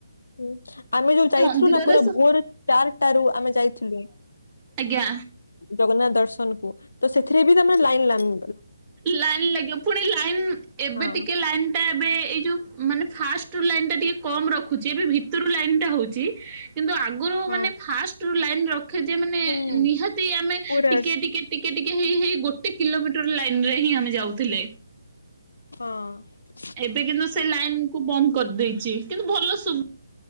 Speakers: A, on the left; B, on the right.
A: ହ ଆମେ ଯୋଉ ଯାଇଥିଲୁ
B: ମନ୍ଦିରରେ
A: ନା ପୁରା
B: ସ
A: ଭୋର ଚାରିଟାରୁ ଆମେ ଯାଇଥିଲୁ।
B: ଆଜ୍ଞା।
A: ଜଗନ୍ନାଥ ଦର୍ଶନ କୁ ତ ସେଥିରେ ବି ତେ ଲାଇନ ଲାଇନ୍।
B: ଲାଇନ୍ ଲାଗିବ ପୁଣି ଲାଇନ୍ ଏବେ
A: ହଁ
B: ଟିକେ ଲାଇନ୍ ଟା ଏବେ ଏଇ ଯୋଉ ମାନେ ଫାଷ୍ଟ ରୁ ଲାଇନ୍ ଟା ଟିକେ କମ୍ ରଖୁଛି ଏବେ ଭିତୁରୁ ଲାଇନ୍ ଟା ହୋଉଚି କିନ୍ତୁ ଆଗୁରୁ
A: ହଁ।
B: ଫାଷ୍ଟରୁ ଲାଇନ୍ ରଖିଥିବେ ମାନେ
A: ହୁଁ
B: ନିହାତି ଆମେ
A: ପୁରା
B: ଟିକେ ଟିକେ ଟିକେ ଟିକେ ହେଇ ହେଇ ଗୋଟେ କିଲୋମିଟର ଲାଇନ୍ ରେ ହିଁ ଆମେ ଯାଉଥିଲେ।
A: ହଁ।
B: ଏବେ କିନ୍ତୁ ସେ ଲାଇନ୍ କୁ ବନ୍ଦ କରିଦେଇଛି କିନ୍ତୁ ଭଲ ସୁ